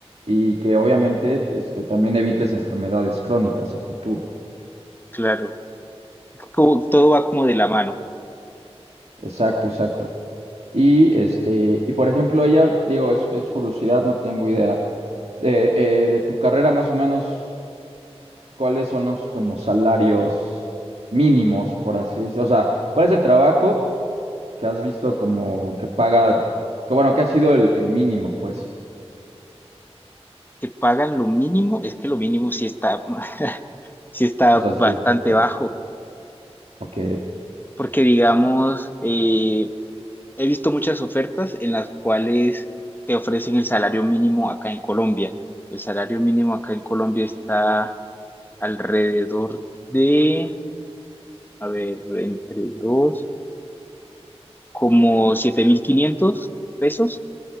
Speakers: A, on the right (about 70°); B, on the left (about 20°).
A: y que obviamente este, también evites enfermedades crónicas a futuro.
B: Claro, como, todo va como de la mano.
A: Exacto, exacto. Y este, y por ejemplo, ella, digo, es, es curiosidad, no tengo idea. De, eh, de tu carrera más o menos, cuáles son los como salarios mínimos, por así decirlo. O sea, ¿cuál es el trabajo que has visto como que paga, que bueno, que ha sido el, el mínimo, pues?
B: Que pagan lo mínimo, es que lo mínimo sí está, <laughs> sí está
A: O sea,
B: bastante
A: está- está- está-
B: bajo,
A: ok.
B: porque digamos, eh, he visto muchas ofertas en las cuales te ofrecen el salario mínimo acá en Colombia. El salario mínimo acá en Colombia está alrededor de, a ver, entre dos. como 7.500 pesos